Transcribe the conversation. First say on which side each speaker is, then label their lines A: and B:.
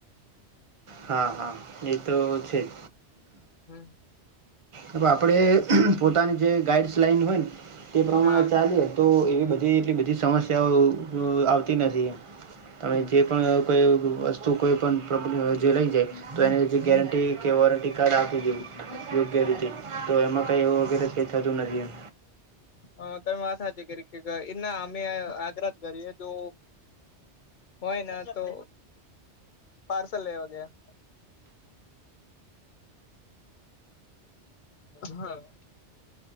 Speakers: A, on the right; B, on the left.
A: હા હા એ તો છે જ.
B: હમ.
A: હ આપણે પોતાની જે ગાઈડ્સ લાઈન હોય ને તે પ્રમાણે
B: હા
A: ચાલીએ તો એવી બધી એટલી બધી સમસ્યાઓ અ આવતી નથી એમ
B: હમ
A: હવે જે પણ કોઈ વસ્તુ કોઈ પણ પ્રોબ્લેમ જે લઈ જાય. તો એને જે ગેરંટી કે વોરંટી કાર્ડ આપી દેઈ. ગેરંટી તો એમાં કઈ એવું વગેરે જ કઈ થતું નથી એમ.
B: હ તમે આ સાચી કરી કે એ ના હામે આગ્રત કરીએ જો. હોય ના તો પાર્સલ લેવા ગયા. હા.